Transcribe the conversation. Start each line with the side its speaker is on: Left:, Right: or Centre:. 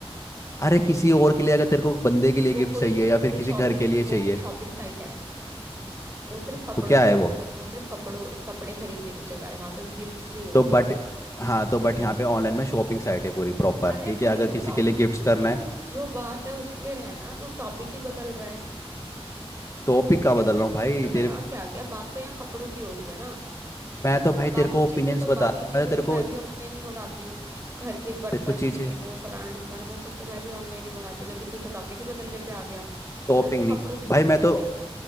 Left: अरे किसी और के लिए अगर तेरे को बंदे के लिए
Right: वो
Left: गिफ्ट
Right: कोई
Left: चाहिए
Right: वो
Left: या फिर
Right: कोई
Left: किसी
Right: शॉपिंग
Left: घर के लिए चाहिए
Right: वो कोई शॉपिंग साइट है वो सिर्फ कपड़ों
Left: तो क्या
Right: की
Left: है
Right: दुकान-
Left: वो
Right: वो सिर्फ कपड़ों कपड़े खरीदने की जगह है वहां पे गिफ्ट्स नहीं मिलते
Left: तो बट हाँ तो बट यहाँ पे ऑनलाइन में शॉपिंग साइट है पूरी प्रॉपर
Right: अरे
Left: ठीक
Right: भाई
Left: है अगर
Right: तू
Left: किसी
Right: टॉप
Left: के लिए गिफ्ट्स
Right: तू
Left: करना है
Right: जो बात है उस पे रहना तू टॉपिक ही बदल रहा है
Left: टॉपिक का
Right: गिफ्ट
Left: बदल रहा हूँ भाई
Right: गिफ्ट पे
Left: तेरे
Right: कहाँ से आ गया बात तो यहाँ कपड़ों की हो रही है ना
Left: मैं तो भाई
Right: बाकी
Left: तेरे को
Right: चीजें
Left: ओपिनियंस
Right: तो बाकी
Left: बता रहा हूँ
Right: चीजें
Left: मैं तो तेरे
Right: तो मैं
Left: को
Right: भी ऑनलाइन ही मंगाती हढी हूँ घर के बर्तन
Left: तेरे को चीजें
Right: ये वो फलाना ढिमकाना वो सब तो मैं भी ऑनलाइन ही मंगाती हूँ लेकिन तू तो टॉपिक ही बदलने पे आ गया
Left: टॉपिंग
Right: मैंने तो
Left: नहीं
Right: कपड़ों की
Left: भाई
Right: बात
Left: मैं
Right: कही
Left: तो
Right: है